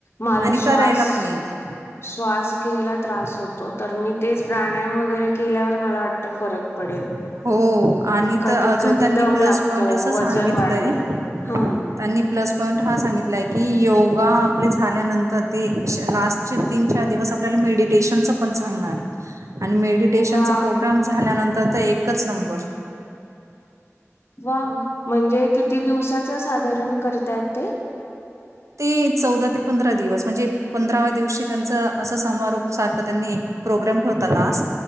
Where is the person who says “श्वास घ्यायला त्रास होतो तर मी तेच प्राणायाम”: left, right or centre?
Left